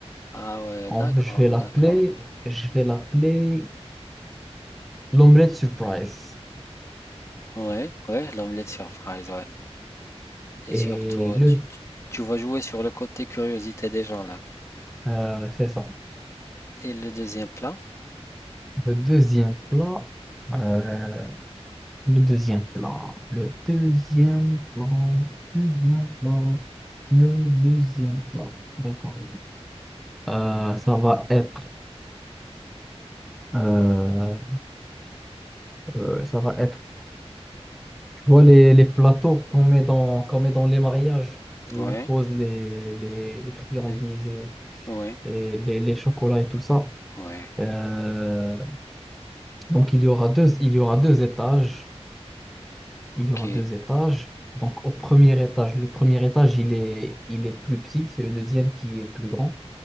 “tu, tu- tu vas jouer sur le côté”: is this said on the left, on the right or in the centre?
Left